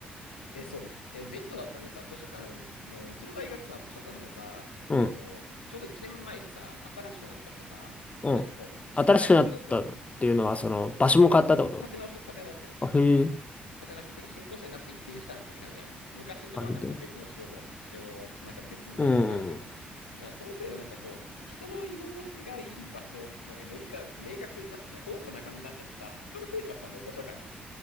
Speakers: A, on the left; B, on the left.
A: え、そう。え、ベッドだったのにさ、図書館の、うちの大学さ、図書館がさ、
B: うん、
A: あの、ちょうど1年前にさ、新しくなっちゃってさ、
B: うん。
A: なんかこう、人が居心、
B: 新しくなったっていうのは、その、
A: そう、
B: 場所も変わったってこと
A: いや、た、立て直した、立て直したの。
B: あ、へえ。
A: そう。立て直したっていうか、新校舎になって移転したみたいな感じだね。昔のところはなんか別の使用法、
B: あ、見て。
A: 使用、なんか別にか使われてるから。
B: うん。
A: だからそのせいでなんかこう、人の居心地がいい場所ってなんかよりか明確になってない、オープンな感じになっちゃってさ、人が増えちゃったんだよ、図書館に。